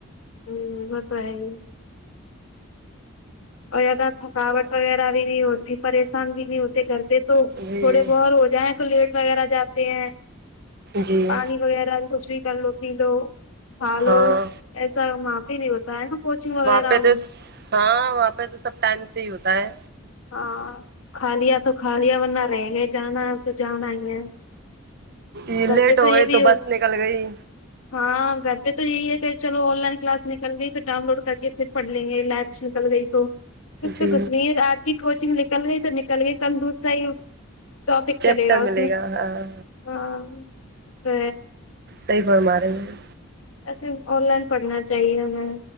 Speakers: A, on the left; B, on the right.
A: ہوں وہ تو ہے ہی اور زیادہ تھکاوٹ وغیرہ بھی نہیں ہوتی پریشان بھی نہیں ہوتے گھر سے تو
B: جی
A: تھوڑے بور ہو جائیں تو لیٹ وغیرہ جاتے ہیں
B: جی
A: پانی وغیرہ کچھ بھی کر لو پی لو کھا لو
B: ہاں
A: ایسا وہاں پے نہیں ہوتا ہے نا کوچنگ وغیرہ
B: وہاں پہ
A: میں
B: تو ہاں وہاں پہ تو سب ٹائم سے ہی ہوتا ہے
A: ہاں کھالیا تو کھالیا ورنہ رہ گئے جانا تو جانا ہی ہے
B: یہ
A: گھر
B: لیٹ
A: پہ
B: ہو
A: یہ
B: گئے
A: بھی
B: تو بس نکل گئی
A: ہاں گھر پہ تو یہی ہے کہ چلو آن لائن کلاس نکل گئی تو ڈاؤن لوڈ کریے پھر پڑ لیں گے لپس نکل گئی تو کچھ تو
B: جی
A: کچھ نہیں ہے آج کی کوچنگ نکل گئی تو نکل گئی کل دوسرا ہی ہو ٹاپک
B: چیپٹر
A: چلے گا اس
B: ملے
A: میں
B: ہاں
A: ہاں تو
B: صحیح فرما رہی ہے
A: ایسے آن لائن پڑھنا چاہیے ہمیں